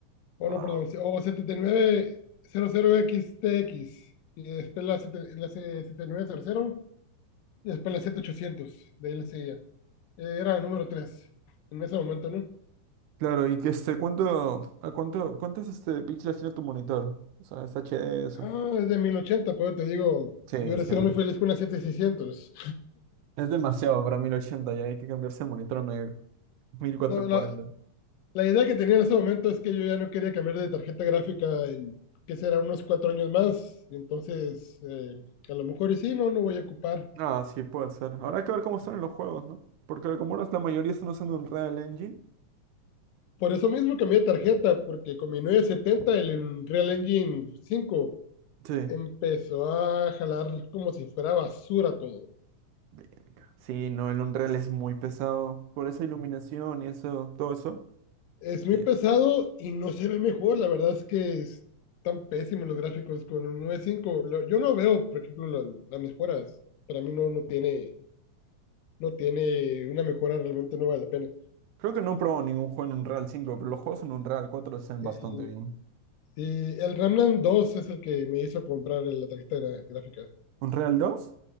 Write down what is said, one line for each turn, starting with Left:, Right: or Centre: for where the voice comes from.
Left: o
Right: Wow.
Left: no, perdón, se- o 7900XTX, y nueve cero cero X T X, y después la, sete- la se- setenta y nueve cero cero Y después la siete ochocientos de ahí le seguía. Eh, era el número 3 en ese momento, ¿no?
Right: Claro, y que este, ¿cuánto, a cuánto, cuántos este, píxeles tiene tu monitor? O sea, es HD eso.
Left: Ah, es de 1080 pero te digo,
Right: Sí,
Left: yo ahora
Right: sí.
Left: sido muy feliz con una siete seiscientos
Right: Es demasiado para mil ochenta ya hay que cambiarse el monitor a una mil cuatrocientos
Left: No, la,
Right: cuarenta
Left: la idea que tenía en ese momento es que yo ya no quería cambiar de tarjeta gráfica en, que será unos cuatro años más. Y entonces, eh, a lo mejor y sí, no, no voy a ocupar.
Right: Ah, sí, puede ser. Habrá que ver cómo están en los juegos, ¿no? Porque como ahora la mayoría están usando Unreal Engine.
Left: Por eso mismo cambié de tarjeta, porque con mi setenta el Unreal Engine 5
Right: Sí.
Left: empezó a jalar como si fuera basura todo.
Right: Verga. Sí, no, el Unreal es muy pesado. Por esa iluminación y eso, todo eso.
Left: Es muy
Right: Sí.
Left: pesado y no se ve mejor. La verdad es que están pésimos los gráficos con un 9.5. Lo- Yo no veo, por ejemplo, la- las mejoras. Para mí no, no tiene, no tiene una mejora, realmente no vale la pena.
Right: Creo que no he probado ningún juego en Unreal cinco, pero los juegos en Unreal cuatro se ven
Left: El,
Right: bastante bien.
Left: y el Remnant 2 es el que me hizo comprar la tarjeta gra- gráfica.
Right: ¿Unreal dos,